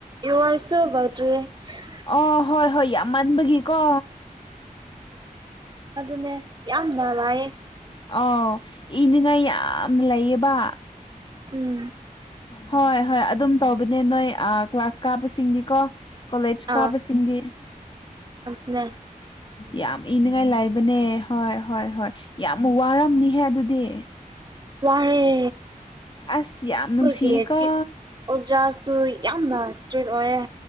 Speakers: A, on the right (about 30°); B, on the left (about 35°).
A: ꯌꯨ ꯑꯥꯔ ꯁꯣ <unintelligible>
B: ꯑꯣ ꯍꯣꯏ ꯍꯣꯏ ꯌꯥꯝ ꯃꯥꯟꯕꯒꯤꯀꯣ
A: ꯑꯗꯨꯅꯦ ꯌꯥꯝꯅ ꯂꯥꯏꯌꯦ
B: ꯑꯥꯎ ꯏꯅꯤꯡꯉꯥꯏ ꯌꯥꯝ ꯂꯩꯌꯦꯕ
A: ꯎꯝ
B: ꯍꯣꯏ ꯍꯣꯏ ꯑꯗꯨꯝ ꯇꯧꯕꯅꯦ ꯅꯣꯏ ꯀ꯭ꯂꯥꯁ ꯀꯥꯕꯁꯤꯡꯅꯤꯀꯣ ꯀꯣꯂꯦꯖ
A: ꯑꯥ
B: ꯀꯥꯕꯁꯤꯡ ꯆꯁꯤꯡꯗꯤ
A: <unintelligible>
B: ꯌꯥꯝ ꯏꯅꯤꯡꯉꯥꯏ ꯂꯥꯏꯕꯅꯦ ꯍꯣꯏ ꯍꯣꯏ ꯍꯣꯏ ꯌꯥꯝ ꯋꯥꯔꯝꯅꯤꯍꯦ ꯑꯗꯨꯗꯤ
A: ꯋꯥꯔꯦ
B: ꯑꯁ ꯌꯥꯝ ꯅꯨꯡꯁꯤꯌꯦꯀꯣ
A: ꯈꯣꯏꯒꯤ <unintelligible> ꯑꯣꯖꯥꯁꯨ ꯌꯥꯝꯅ ꯏꯁꯇ꯭ꯔꯤꯛ ꯑꯣꯏꯌꯦ